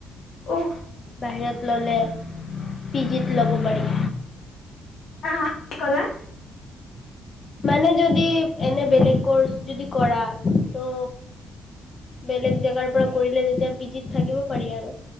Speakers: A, on the left; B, on the left.
A: অহ
B: বাহিৰত ললে পিজিত লব পাৰি
A: বা কি কলা?
B: মানে যদি এনে বেলেগ কৰ্চ যদি কৰা ত বেলেগ জেগাৰ পৰা কৰিলে তেতিয়া পিজিত থাকিব পাৰি আৰু।